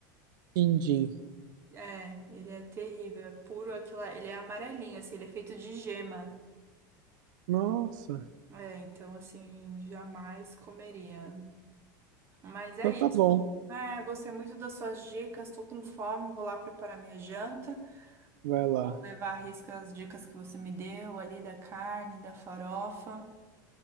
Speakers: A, on the right; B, on the right.
A: Quindim.
B: É, ele é terrível, é puro aquela, ele é amarelinho, assim, ele é feito de gema.
A: Nossa.
B: É, então assim, jamais comeria. Mas é
A: Então
B: isso.
A: tá bom.
B: Ah, eu gostei muito das suas dicas. Estou com fome, vou lá preparar minha janta.
A: Vai lá.
B: Vou levar a risca as dicas que você me deu ali da carne, da farofa.